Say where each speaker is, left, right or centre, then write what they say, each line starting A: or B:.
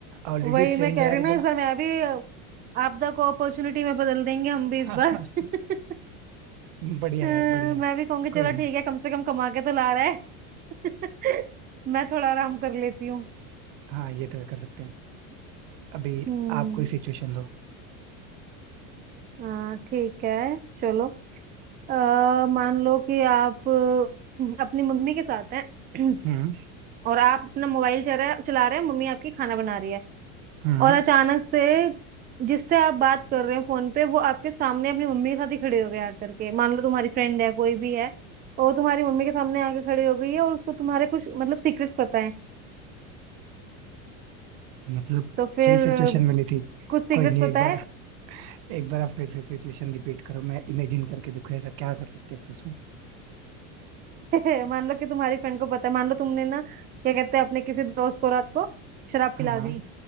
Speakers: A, on the right; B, on the right.
A: ऑलरेडी
B: वही
A: ट्रेंड
B: मैं कह
A: है यार
B: रही हूँ
A: इतना
B: ना इस बार मैं भी आपदा को अपॉर्चुनिटी में बदल देंगे हम भी
A: <laughs>
B: इस बार <laughs>
A: बढ़िया
B: अ,
A: है यार बढ़िया है
B: मैं भी कहूंगी चलो
A: कोई नहीं
B: ठीक है कम से कम कमा के तो ला रहा है <laughs> मैं थोड़ा आराम कर लेती हूँ
A: हाँ ये तो कर सकते हैं अभी
B: हम्म
A: आप कोई सिचुएशन दो
B: हाँ ठीक है चलो अ, मान लो कि आप अ, अपनी मम्मी के साथ हैं <clears throat>
A: हम्म
B: और आप अपना मोबाइल चला रहे चला रहे हैं मम्मी आपकी खाना बना रही है
A: हम्म
B: और अचानक से जिससे आप बात कर रहे हो फोन पे वो आपके सामने अपनी मम्मी के साथ ही खड़े हो गए आकर के मान लो तुम्हारी फ्रेंड है कोई भी है और वो तुम्हारी मम्मी के सामने आके खड़ी हो गई है और उसको तुम्हारे कुछ मतलब सीक्रेट्स पता है
A: मतलब
B: तो फिर
A: यही सिचुएशन
B: अ,
A: मिली थी
B: कुछ सीक्रेट्स
A: कोई नहीं
B: पता
A: एक बार एक बार आप फिर से सिचुएशन रिपीट करो मैं इमेजिन करके देखो ऐसा क्या कर सकते हैं तो उसमें
B: है <laughs> मान लो कि तुम्हारी फ्रेंड को पता है मान लो तुमने ना क्या कहते हैं अपने किसी दोस्त को रात को शराब
A: हाँ
B: पिला
A: हाँ
B: दी